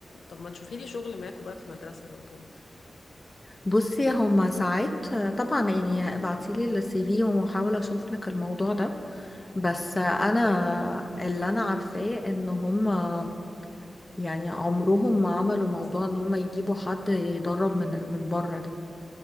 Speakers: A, on the left; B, on the left.
A: طب ما تشوفي لي شغل معاكوا بقى في مدرسة لو كده
B: بصي هما ساعات طبعا يعني ابعتيلي السي في وهحاول اشوف لك الموضوع ده بس انا
A: مم.
B: اللي انا عارفاه ان هما يعني عمرهم ما عملوا موضوع ان هما يجيبوا حد يدرب من من بره ده